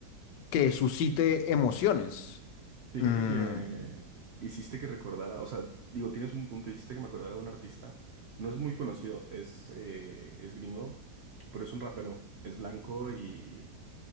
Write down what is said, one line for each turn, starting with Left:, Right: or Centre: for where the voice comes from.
Left: que suscite emociones.
Right: Fíjate
Left: Mm,
Right: que hiciste que recordara, o sea, digo, tienes un punto, hiciste que me acordara de un artista. No es muy conocido, es, eh, es gringo, pero es un rapero, es blanco y,